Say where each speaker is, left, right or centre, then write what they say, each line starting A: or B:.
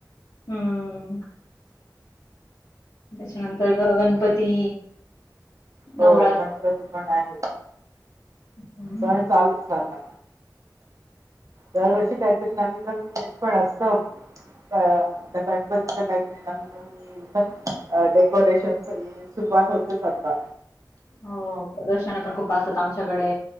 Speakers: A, on the left (about 75°); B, on the right (about 50°).
A: हम्म त्याच्यानंतर ग गणपती
B: हो
A: नवरात्र
B: गणपती पण आहे
A: हम्म.
B: सण चालूच राात दरवर्षी काहीतरी नवीन नवीन य पण असत त्या गणपतीच काहीतरी नवीन नवीन डेकोरेशन सुरुवात होतेच आता
A: हो प्रदर्शन पण खूप असत आमच्याकडे